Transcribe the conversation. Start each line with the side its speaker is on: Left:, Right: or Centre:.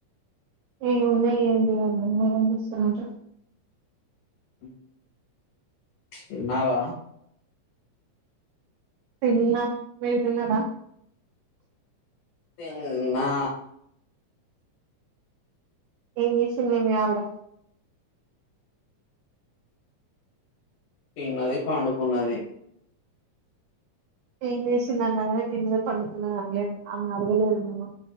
Right: ఏం ఉంది ఏం లేదండి మీరేం చేస్తున్నారు
Left: హ్మ్ తిన్నావా
Right: తిన్న మీరు తిన్నారా
Left: నేను తిన్నా
Right: ఏం జేసింది మీ ఆవిడ
Left: తిన్నది పండుకున్నది
Right: ఎం జెస్తున్నదన్న గదా తిన్నది పడుకున్నది అన్లేను అని అడగలేదు నేను